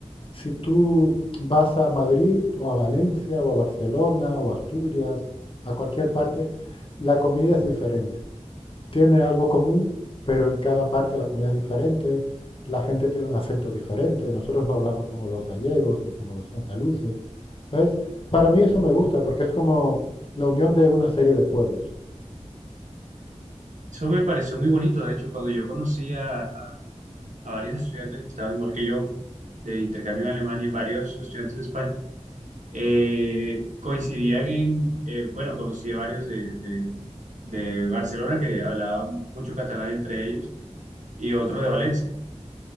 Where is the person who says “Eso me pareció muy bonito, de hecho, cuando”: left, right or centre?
Right